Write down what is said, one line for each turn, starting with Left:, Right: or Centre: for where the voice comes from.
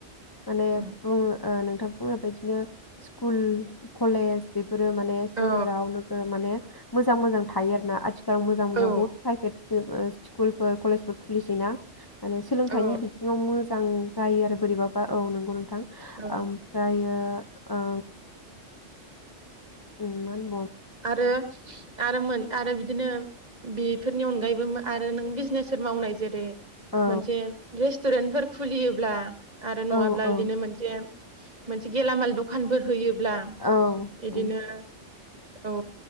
Left: माने
Right: उम
Left: बुङो ओ नोंथां बेफोर बदिनो स्कुल कलेज बे बेफोर माने सोहोराव
Right: औ
Left: नोगोर माने मोजां मोजां था हायो आरोना आथि मोजां मोजां
Right: औ
Left: बहुत प्राइभेट स्कुलफोर कलेजफोर खुलिसैना माने सोलोंथाइनि
Right: औ
Left: बिथिङाव मोजां मोजां जायो आरो बोरैबाबा औ नंगौ नोंथां
Right: ओ
Left: ओमफ्रायो आ उ मान
Right: आरो आरो मोन आरो बिदिनो बेफोरनि अनगायैबो आरो नों बिजनेसफोर मावनाय जेरै
Left: औ
Right: मोनसेे रेस्टुरेन्टफोर खुलियोब्ला आरो
Left: औ
Right: नङाब्ला
Left: औ
Right: बिदिनो मोनसे मोनसे गेलामाल दखानफोर होयो ब्ला
Left: औ
Right: बिदिनो
Left: उम,
Right: औ